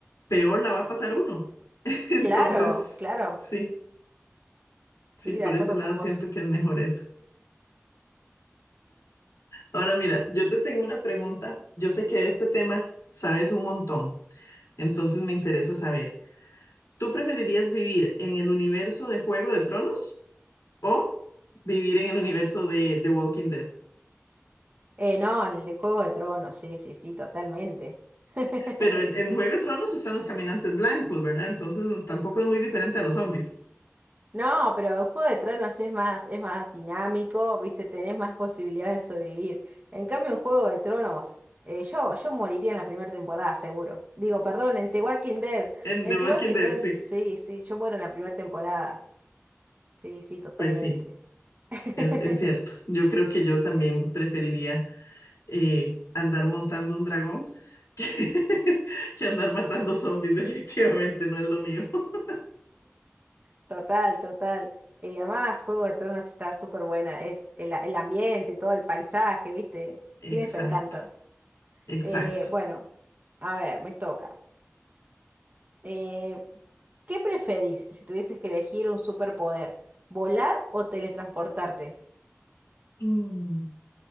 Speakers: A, on the left; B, on the right.
A: peor la va a pasar uno. <laughs> Entonces,
B: Claro, claro.
A: sí, sí,
B: Sí,
A: por
B: de acuerdo
A: ese lado
B: con vos.
A: siento que es mejor eso. Ahora mira, yo te tengo una pregunta. Yo sé que de este tema sabes un montón, entonces me interesa saber, ¿tú preferirías vivir en el universo de Juego de Tronos o vivir en el universo de The Walking Dead?
B: Eh, no, en el de Juego de Tronos, sí, sí, sí, totalmente. <laughs>
A: Pero en, en Juego de Tronos están los caminantes blancos, ¿verdad? Entonces tampoco es muy diferente a los zombies.
B: No, pero el Juego de Tronos es más, es más dinámico, viste, tenés más posibilidades de sobrevivir. En cambio, en Juego de Tronos, eh, yo, yo moriría en la primera temporada, seguro. Digo, perdón, en The Walking Dead.
A: En
B: En
A: The Walking
B: The Walking
A: Dead,
B: Dead,
A: sí.
B: sí, sí, yo muero en la primera temporada. Sí, sí, totalmente.
A: Pues sí,
B: <laughs>
A: es, es cierto. Yo creo que yo también preferiría eh, andar montando un dragón <laughs> que, que andar matando zombies. Definitivamente no es lo mío. <laughs>
B: Total, total. Eh, además, Juego de Tronos está súper buena. Es el, el ambiente, todo el paisaje, ¿viste?
A: Exacto,
B: Tiene su encanto.
A: exacto.
B: Eh, bueno, a ver, me toca. Eh, ¿qué preferís si tuvieses que elegir un superpoder? ¿Volar o teletransportarte?
A: Mm.